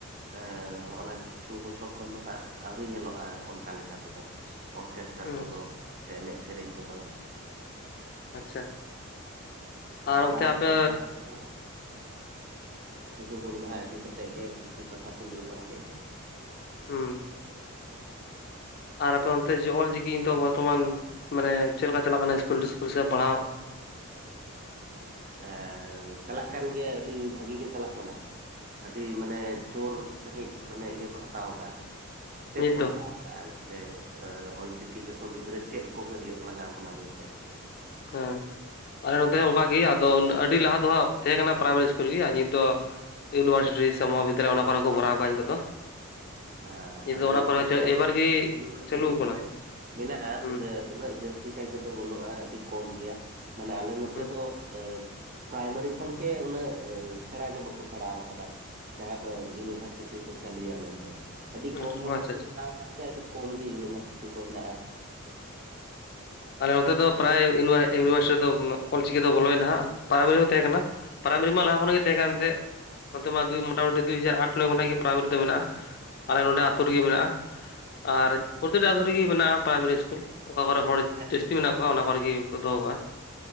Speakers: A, on the right; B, on the left.
A: ᱦᱮᱸ ᱚᱱᱟ ᱠᱤᱪᱷᱩ ᱵᱚᱪᱷᱚᱨ ᱠᱷᱚᱱ ᱫᱚ ᱦᱟᱸᱜ ᱟᱹᱣᱨᱤ ᱧᱮᱞᱚᱜᱼᱟ ᱚᱱᱠᱟ ᱞᱮᱠᱟ ᱛᱮᱫᱚ ᱚᱨᱠᱮᱥᱴᱟᱨ
B: ᱦᱩᱸ
A: ᱠᱚᱫᱚ ᱮᱱᱮᱡ ᱥᱮᱨᱮᱧ ᱠᱚᱫᱚ
B: ᱟᱪᱪᱷᱟ
A: ᱱᱚᱝᱠᱟ
B: ᱟᱨ ᱚᱱᱛᱮ ᱟᱯᱮ
A: ᱦᱩᱞ ᱢᱟᱸᱦᱟ ᱦᱩᱭᱩᱜ ᱢᱟ ᱥᱩᱫᱩ ᱦᱩᱞ ᱢᱟᱦᱟ ᱤᱫᱤ ᱠᱟ ᱠᱟᱛᱮᱜ ᱜᱮ ᱠᱤᱪᱷᱩ ᱠᱟᱛᱷᱟ ᱠᱚ ᱞᱟᱹᱭ ᱵᱟᱲᱟ ᱠᱮᱫ ᱜᱮ᱾
B: ᱦᱩᱸ ᱟᱨ ᱟᱯᱮ ᱚᱱᱛᱮ ᱚᱞ ᱪᱤᱠᱤ ᱱᱤᱛᱚᱜ ᱵᱚᱨᱛᱚᱢᱟᱱ ᱢᱟᱱᱮ ᱪᱮᱫ ᱞᱮᱠᱟ ᱪᱟᱞᱟᱜ ᱠᱟᱱᱟ ᱤᱥᱠᱩᱞ ᱴᱤᱥᱠᱩᱞ ᱥᱮ ᱯᱟᱲᱦᱟᱣ
A: ᱮ ᱪᱟᱞᱟᱜ ᱠᱟᱱ ᱜᱮᱭᱟ ᱟᱹᱰᱤ ᱵᱷᱟᱜᱤ ᱜᱮ ᱪᱟᱞᱟᱜ ᱠᱟᱱᱟ᱾ ᱟᱹᱰᱤ ᱢᱟᱱᱮ ᱡᱳᱨ ᱥᱟᱺᱦᱤᱡ ᱢᱟᱱᱮ ᱤᱭᱟᱹ ᱠᱚ ᱦᱟᱛᱟᱣ ᱠᱟᱜᱼᱟ ᱥᱴᱮᱯ
B: ᱱᱤᱛ
A: ᱠᱚ
B: ᱫᱚ
A: ᱦᱟᱛᱟᱣ ᱟᱨ ᱥᱮ ᱮ ᱚᱞᱪᱤᱠᱤ ᱡᱚᱛᱚ ᱜᱤᱫᱽᱨᱟᱹ ᱪᱮᱫ ᱠᱚᱜᱮ ᱦᱩᱭᱩᱜ ᱞᱟᱜᱟᱣ ᱵᱚᱱᱟ ᱢᱮᱱᱛᱮ
B: ᱦᱮᱸ ᱟᱞᱮ ᱱᱚᱛᱮ ᱦᱚᱸ ᱚᱝᱠᱟ ᱜᱮ ᱟᱫᱚ ᱟᱹᱰᱤ ᱞᱟᱦᱟ ᱫᱚ ᱦᱟᱸᱜ ᱛᱟᱦᱮᱸ ᱠᱟᱱᱟ ᱯᱨᱟᱭᱢᱟᱤ ᱤᱥᱠᱩᱞ ᱜᱮ ᱟᱨ ᱱᱤᱛ ᱫᱚ ᱤᱭᱩᱱᱤᱵᱷᱟᱨᱥᱤᱴᱤ ᱥᱮ ᱢᱚᱦᱟ ᱵᱤᱫᱽᱫᱟᱞᱚᱭ ᱚᱱᱟ ᱠᱚᱨᱮ ᱠᱚ ᱵᱷᱚᱨᱟᱣ ᱟᱠᱟᱜ-ᱟ ᱱᱤᱛᱚᱜ ᱫᱚ᱾
A: ᱟ
B: ᱱᱤᱛ
A: ᱟᱞᱮ
B: ᱫᱚ ᱚᱱᱟ
A: ᱱᱚᱛᱮ
B: ᱠᱚᱨᱮ
A: ᱦᱚᱸ
B: ᱮᱵᱟᱨ ᱜᱮ
A: ᱤᱭᱩᱱᱤᱵᱷᱟᱨᱥᱤᱴᱤ
B: ᱪᱟᱹᱞᱩ ᱟᱠᱟᱱᱟ
A: ᱠᱚᱨᱮ ᱢᱮᱱᱟᱜᱼᱟ
B: ᱦᱩᱸ
A: ᱛᱚᱵᱮ ᱩᱱᱟᱹᱜ ᱡᱟᱹᱥ ᱛᱤ ᱠᱟᱭ ᱛᱮᱫᱚ ᱵᱟᱹᱱᱩᱜᱼᱟ ᱟᱹᱰᱤ ᱠᱚᱢ ᱜᱮᱭᱟ ᱢᱟᱱᱮ ᱟᱞᱮ ᱱᱚᱛᱮ
B: ᱦᱩᱸ
A: ᱫᱚ ᱮ ᱯᱨᱟᱭᱢᱟᱨᱤ ᱠᱷᱚᱱᱜᱮ ᱩᱱᱟᱹᱜ ᱥᱮᱬᱟ ᱜᱮ ᱵᱟᱠᱚ ᱥᱮᱬᱟᱣᱠᱟᱫᱟ᱾ ᱡᱟᱦᱟᱸ ᱫᱚ ᱤᱭᱩᱱᱤᱵᱷᱟᱨᱥᱤᱴᱤ ᱠᱚ ᱪᱟᱹᱞᱩᱭᱟ ᱢᱮᱱᱛᱮ ᱟᱹᱰᱤ
B: ᱦᱩᱸ
A: ᱠᱚᱢ ᱦᱚᱲᱠᱚ
B: ᱟᱪᱪᱷᱟ ᱟᱪᱪᱷᱟ
A: ᱥᱮᱬᱟ ᱠᱟᱜ ᱛᱮ ᱟᱹᱰᱤ ᱠᱚᱢ ᱜᱮ ᱤᱭᱩᱱᱤᱵᱷᱟᱨᱥᱤᱴᱤ ᱠᱚ ᱦᱮᱱᱟᱜᱼᱟ᱾
B: ᱟᱞᱮ ᱱᱚᱛᱮ ᱫᱚ ᱯᱨᱟᱭ ᱤᱭᱩᱱᱤᱵᱷᱟᱭ ᱤᱭᱩᱱᱤᱵᱷᱟᱨᱥᱤᱴᱤ ᱫᱚ ᱚᱞᱪᱤᱠᱤ ᱫᱚ ᱵᱚᱞᱚᱭᱱᱟ ᱦᱟᱸᱜ ᱯᱨᱟᱭᱢᱟᱨᱤ ᱦᱚᱸ ᱛᱟᱦᱮᱸ ᱠᱟᱱᱟ ᱯᱨᱟᱭᱢᱟᱨᱤ ᱢᱟ ᱞᱟᱦᱟ ᱠᱷᱚᱱ ᱜᱮ ᱛᱟᱦᱮᱸ ᱠᱟᱱ ᱮᱱᱛᱮᱜ ᱚᱱᱛᱮ ᱢᱟ ᱫᱩᱭ ᱢᱩᱴᱟᱢᱩᱴᱤ ᱫᱩᱭ ᱦᱟᱡᱟᱨ ᱟᱴ ᱱᱚᱭ ᱠᱷᱚᱱᱟᱜ ᱜᱮ ᱯᱨᱟᱭᱢᱟᱨᱤ ᱫᱚ ᱢᱮᱱᱟᱜ-ᱟ᱾ ᱟᱞᱮ ᱱᱚᱸᱰᱮ ᱟᱛᱩ ᱨᱮᱜᱮ ᱢᱮᱱᱟᱜᱼᱟ ᱟᱨ ᱯᱨᱚᱛᱤᱴᱟ ᱟᱛᱩ ᱨᱮᱜᱮ ᱢᱮᱱᱟᱜ-ᱟ ᱯᱨᱟᱭᱢᱟᱨᱤ ᱤᱥᱠᱩᱞ ᱚᱠᱟ ᱠᱚᱨᱮ ᱦᱚᱲ
A: <unintelligible>
B: ᱡᱟᱹᱥᱛᱤ ᱢᱮᱱᱟᱜ ᱠᱚᱣᱟ ᱚᱱᱟ ᱠᱚᱨᱮ ᱜᱮ ᱠᱚ ᱫᱚᱦᱚ ᱠᱟᱜᱼᱟ